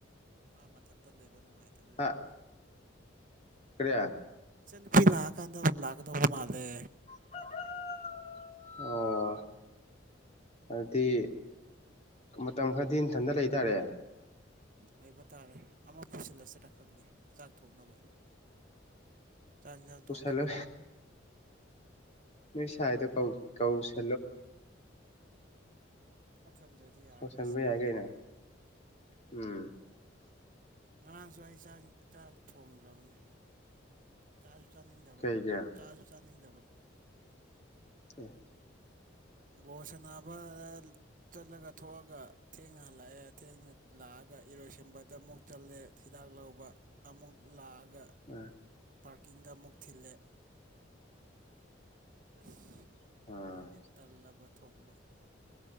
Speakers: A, on the right; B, on the left.
A: ꯃꯥ ꯃꯊꯟꯇ ꯂꯩꯕ ꯅꯨꯡꯉꯥꯏꯇꯕꯩ ꯑꯣꯏꯔꯝꯅꯤ
B: ꯑ ꯀꯔꯤ
A: ꯏꯆꯟ ꯅꯨꯄꯤ ꯂꯥꯛꯑꯀꯥꯟꯗ ꯑꯃꯨꯛ ꯂꯥꯛꯀꯗꯧꯕ ꯃꯥꯜꯂꯦ
B: <unintelligible> ꯑꯣ ꯑꯗꯤ ꯃꯇꯝ ꯈꯔꯗꯤ ꯅꯊꯟꯗ ꯂꯩ ꯇꯥꯔꯦ
A: ꯂꯩꯕ ꯇꯥꯔꯦ ꯑꯃ ꯄꯨꯁꯤꯜꯂꯁꯤꯔꯥ ꯈꯪꯗꯦ ꯆꯥꯛ ꯊꯣꯡꯅꯕ ꯆꯥꯡ ꯌꯦꯟꯁꯥꯡ
B: ꯄꯨꯁꯜꯂꯣ
A: ꯊꯣꯡꯅꯕ
B: ꯅꯣꯏ ꯁꯥꯏꯗꯣ ꯀꯧ ꯀꯧꯁꯦ
A: ꯑꯃ ꯊꯝꯗ꯭ꯔꯗꯤ ꯌꯥꯔꯣꯏ
B: ꯀꯧꯁꯟꯕ
A: ꯑꯁ ꯀꯥꯏꯗꯒꯤ
B: ꯌꯥꯏ ꯀꯩꯅꯣ ꯎꯝ
A: ꯉꯔꯥꯡꯁꯨ ꯑꯩ ꯆꯥꯛ ꯆꯥꯛ ꯊꯣꯡꯗ꯭ꯔꯕꯅꯦ ꯆꯥꯁꯨ ꯆꯥꯅꯤꯡꯗꯕ
B: ꯀꯩꯒꯤ ꯑꯦ
A: ꯆꯥꯁꯨ ꯆꯥꯅꯤꯡꯗꯕ
B: ꯑꯣ
A: ꯕꯣꯜ ꯁꯥꯟꯅꯕ ꯆꯠꯂꯒ ꯊꯣꯛꯑꯒ ꯊꯦꯡꯅ ꯍꯜꯂꯛꯑꯦ ꯊꯦꯡꯅ ꯂꯥꯛꯑꯒ ꯏꯔꯣꯏꯁꯦꯝꯕꯗ ꯑꯃꯨꯛ ꯆꯜꯂꯦ ꯍꯤꯗꯥꯛ ꯂꯧꯕ ꯑꯃꯨꯛ ꯂꯥꯛꯑꯒ
B: ꯎꯝ
A: ꯄꯥꯔꯀꯤꯡꯗ ꯑꯃꯨꯛ ꯊꯤꯜꯂꯦ ꯑꯁ
B: ꯑ
A: ꯑꯗꯨꯒꯤ ꯇꯜꯂꯕ ꯊꯣꯡꯕ